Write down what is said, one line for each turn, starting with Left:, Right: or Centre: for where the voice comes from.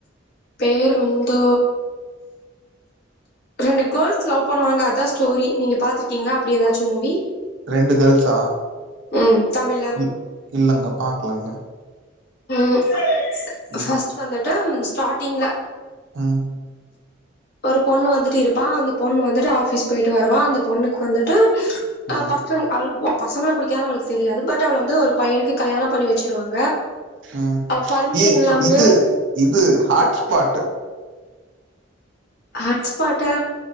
Left: பேர் வந்து ரெண்டு கேர்ள்ஸ் லவ் பண்ணுவாங்க அதா ஸ்டோரி. நீங்க பாத்திருக்கீங்களா அப்டி ஏதாச்சு மூவி?
Right: ரெண்டு கேர்ள்ஸா
Left: ம் தமிழ்ல
Right: ம் இல்லங்க பாக்கலங்க
Left: ம்
Right: ம்
Left: ஃபஸ்ட் வந்து ட்டு ஸ்டாட்டிங்ல
Right: ம்
Left: ஒரு பொண்ணு வந்துட்டு இருப்பா அந்த பொண்ணு வந்துட்டு ஆஃபீஸ் போயிட்டு வருவா அந்த பொண்ணுக்கு வந்துட்டு ஆ..
Right: ம்
Left: பசங்க அவளுக்கு போ பசங்களை பிடிக்காது அவளுக்கு தெரியாது, பட் அவளை வந்து ஒரு பையனுக்கு கல்யாணம் பண்ணி வச்சிருவாங்க..
Right: உஹம்
Left: அவ பர்மிஷன்
Right: ஏ,
Left: இல்லாமலே
Right: இது.. இது.. ஹாட்ஸ்பாட்..
Left: ஆஹ்ட்ஸ் பாட்டா...